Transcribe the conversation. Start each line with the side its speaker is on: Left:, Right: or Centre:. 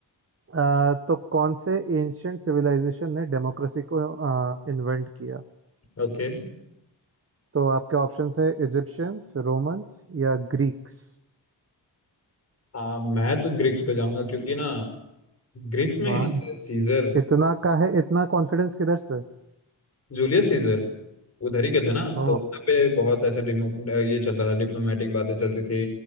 Right: अ, तो कौन से एंशियंट सिविलाइजेशन ने डेमोक्रेसी को इन्वेंट किया
Left: ओके
Right: तो आपके ऑप्शंस है इजिप्शियंस रोमन्स या ग्रीक्स
Left: हाँ मैं तो ग्रीक्स पे जाऊंगा क्योंकि ना ग्रीक्स में
Right: वाह
Left: ही ना थे सीजर
Right: इतना का है इतना कॉन्फिडेंस किधर से
Left: जूलियस सीजर उधर ही के थे ना
Right: ओह
Left: तो वहाँ पे बहुत ऐसे डिमो- ये चलता था डिप्लोमेटिक बातें चलती थी